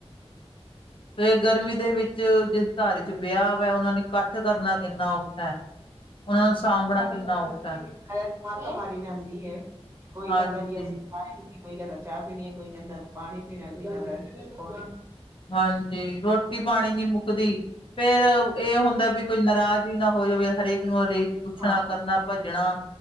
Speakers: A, on the left; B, on the right.
A: ਫਿਰ ਗਰਮੀ ਦੇ ਵਿੱਚ ਜਿਸ ਘਰ ਵਿੱਚ ਵਿਆਹ ਉਹਨਾਂ ਨੇ ਕੱਠ ਕਰਨਾ ਕਿੰਨਾ
B: ਹਮ
A: ਔਖਾ। ਉਹਨਾਂ ਨੂੰ ਸਾਂਭਣਾ
B: ਪਾਠ
A: ਕਿੰਨਾ
B: ਕਰਨਾ
A: ਔਖਾ
B: ਕੀ
A: ਹੈ
B: <unintelligible> ਮੱਤ ਮਾਰੀ ਜਾਂਦੀ ਐ। ਕੋਈ
A: ਹਾਂਜੀ।
B: ਕਹਿੰਦਾ ਜੀ ਅਸੀਂ ਚਾਹ ਨੀ ਪੀਣੀ, ਕੋਈ ਕਹਿੰਦਾ ਚਾਹ ਪੀਣੀ ਐ, ਕੋਈ ਕਹਿੰਦਾ ਪਾਣੀ ਪੀਣਾ, ਕੋਈ ਕਹਿੰਦਾ ਪ
A: ਹਾਂਜੀ, ਰੋਟੀ ਪਾਣੀ ਨੀ ਮੁੱਕਦੀ ਫੇਰ ਇਹ ਹੁੰਦਾ ਵੀ ਕੋਈ ਨਰਾਜ਼ ਹੀ ਨਾ ਹੋ ਹੋ ਜਾਵੇ ਹਰੇਕ ਨੂੰ <unintelligible> ਪੁੱਛਣਾ,
B: ਹਾਂ
A: ਕਰਨਾ, ਭੱਜਣਾ,